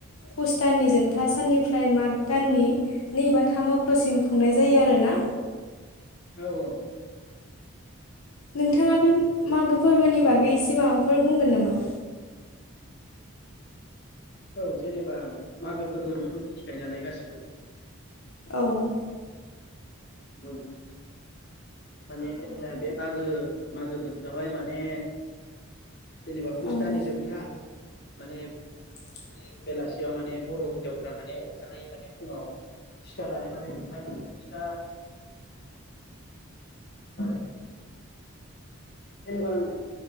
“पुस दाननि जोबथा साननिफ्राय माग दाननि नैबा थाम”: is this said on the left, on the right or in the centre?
Left